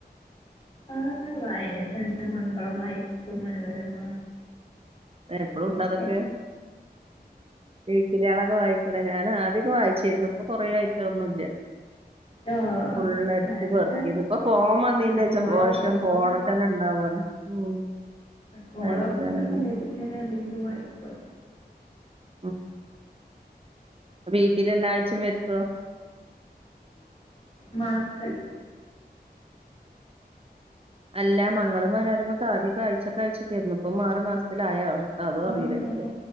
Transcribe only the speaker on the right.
എപ്പളും
ഒണ്ടോ അതൊക്കെ ഈ വിക്കിലികളൊക്കെ വായിക്കുടെ ഞാൻ ആദ്യയെക്കെ വായിച്ചിരുന്നു ഇപ്പൊ കൊറെ ആയിട്ട് ഒന്നും ഇല്ല്യാ
ഫുള്ള് അരിച്ച്
പെറുക്കിയ്ത് ഇപ്പ ഫോൺ വന്നീന്റെ
ശേഷം ഫോണ് തന്നെ ഉണ്ടാവന്ന് ഉം
വായിക്കാനും
ഉം വീക്കിലി എല്ലാഴ്ചയും വരുത്തുവോ
അല്ല മംഗളം മനോരമൊക്കെ ആദ്യം ആഴ്ചക്കാഴ്ചക്കാരുന്നു ഇപ്പോ മാറി മാസത്തിലായോ അതും
അറിയില്ല എനിക്ക്